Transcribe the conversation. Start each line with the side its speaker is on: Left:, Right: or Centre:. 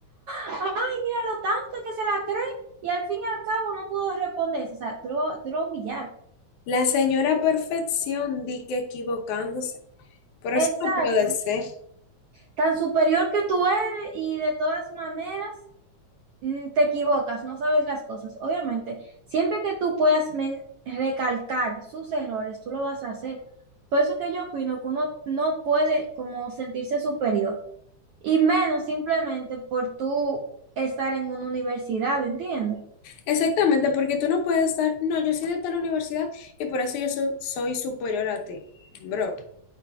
Right: ay, mira lo tanto que se la cree y al fin y al cabo no pudo responder. O sea, tú lo, tú lo humillar.
Left: la señora Perfección di que equivocándose. Por
Right: Exacto.
Left: eso no puede ser.
Right: Tan superior que tú eres y de todas maneras mm, te equivocas, no sabes las cosas. Obviamente, siempre que tú puedas men- recalcar sus errores, tú lo vas a hacer. Por eso que yo opino que uno no puede como sentirse superior y menos simplemente por tú estar en una universidad, ¿entiendes?
Left: Exactamente, porque tú no puedes estar, no, yo soy de tal universidad y por eso yo so- soy superior a ti. Bro,